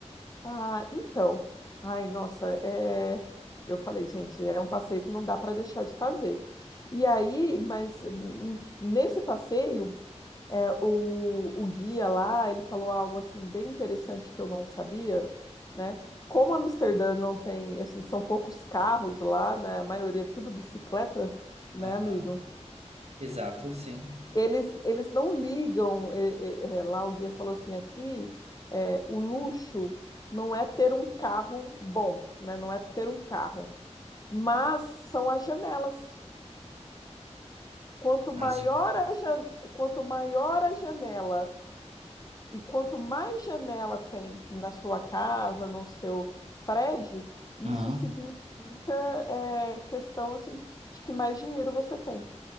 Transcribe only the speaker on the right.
Aham.
Exato, sim.
Haja.
Ah,